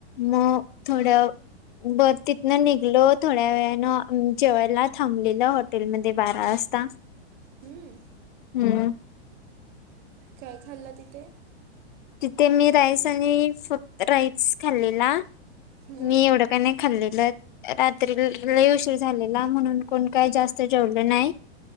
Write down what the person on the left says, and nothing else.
मग थोडं बरं. तिथनं निघलो, थोड्या वेळानं जेवायला थांबलेलं हॉटेलमध्ये, बारा वाजता. <inaudible>
हम्म.
तिथे मी, राईस आणि फक्त राईस खाल्लेला.
मी एवढं काने खाल्लेलं. रात्री लय उशीर झालेला म्हणून, कोण काय जास्त जेवलं नाही.